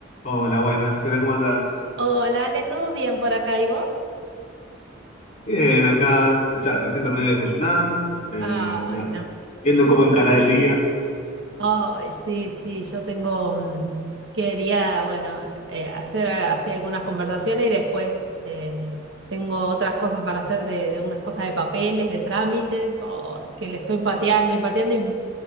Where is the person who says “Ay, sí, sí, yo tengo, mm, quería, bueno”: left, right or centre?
Right